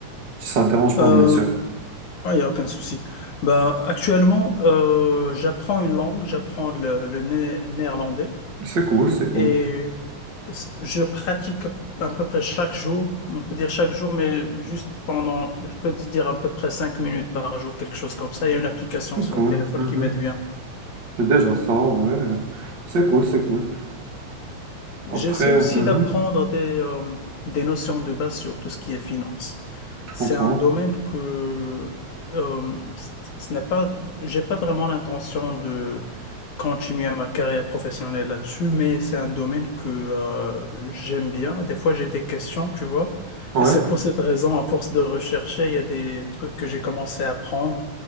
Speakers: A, on the right (about 35°); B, on the left (about 80°).
A: Si Ça te dérange pas,
B: Euh,
A: bien sûr.
B: Ah, il n'y a aucun souci. Ben, actuellement, euh, j'apprends une langue, j'apprends le, le né- néerlandais
A: C'est cool, c'est cool,
B: et s- je pratique à peu près chaque jour, on peut dire chaque jour, mais juste pendant, je peux dire à peu près cinq minutes par jour, quelque chose comme ça. Il y a une application
A: c'est
B: sur
A: cool.
B: le téléphone
A: mhm.
B: qui m'aide bien.
A: C'est déjà ça, ouais. C'est cool, c'est cool. Après,
B: J'essaie aussi
A: mhm,
B: d'apprendre des, euh, des notions de base sur tout ce qui est finance.
A: je
B: C'est
A: comprends.
B: un domaine que euh, c- ce n'est pas, j'ai pas vraiment l'intention de continuer ma carrière professionnelle là-dessus, mais c'est un domaine que euh, j'aime bien. Des fois, j'ai des questions, tu vois.
A: Ouais,
B: Et c'est pour cette raison, à force de rechercher, il y a des trucs que j'ai commencé à apprendre